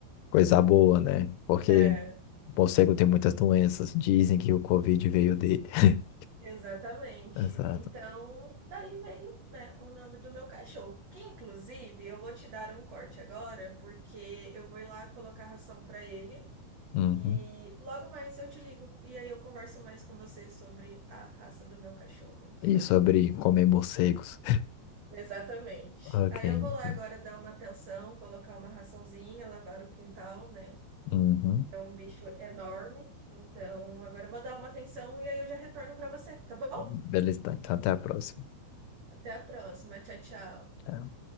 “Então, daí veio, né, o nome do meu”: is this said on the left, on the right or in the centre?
Right